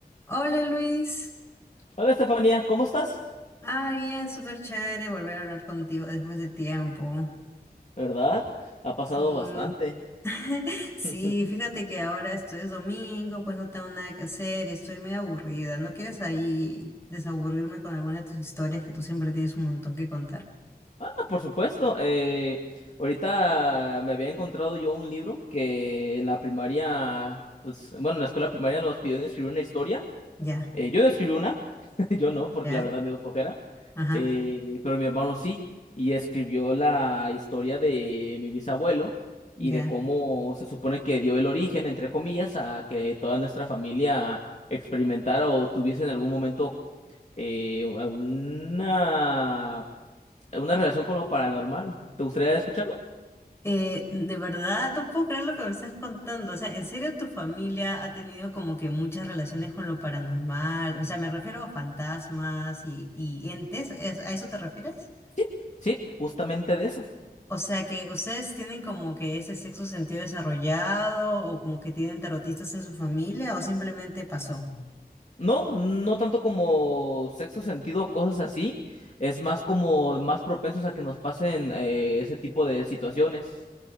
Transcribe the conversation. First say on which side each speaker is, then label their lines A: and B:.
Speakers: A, on the left; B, on the left.
A: Hola Luis,
B: Hola Estefanía, ¿cómo estás?
A: ah bien, súper chévere volver a hablar contigo después de tiempo.
B: ¿Verdad? Ha pasado
A: Sí,
B: bastante.
A: <laughs> sí,
B: <laughs>
A: fíjate que ahora esto es domingo, pues no tengo nada que hacer, estoy medio aburrida. ¿No quieres ahí desaburrirme con alguna de tus historias que tú siempre tienes un montón que contar?
B: Ah, por supuesto. eh, ahorita me había encontrado yo un libro que en la primaria, pues bueno, en la escuela primaria nos pidieron escribir una historia.
A: Ya,
B: Eh, yo no escribí una, <laughs> yo no, porque
A: ya,
B: la verdad me dio flojera.
A: ajá,
B: Eh, pero mi hermano sí, y escribió la historia de mi bisabuelo y
A: ya.
B: de cómo se supone que dio el origen, entre comillas, a que toda nuestra familia experimentara o tuviese en algún momento eh, alguna, alguna relación con lo paranormal. ¿Te gustaría escucharla?
A: Eh, de verdad, no puedo creer lo que me estás contando. O sea, ¿en serio tu familia ha tenido como que muchas relaciones con lo paranormal? O sea, me refiero a fantasmas y, y entes. ¿es- ¿A eso te refieres?
B: Sí, sí, justamente de eso.
A: O sea, que ustedes tienen como que ese sexto sentido desarrollado o como que tienen tarotistas en su familia o simplemente pasó.
B: No, no tanto como sexto sentido o cosas así, es más como más propensos a que nos pasen eh, ese tipo de situaciones.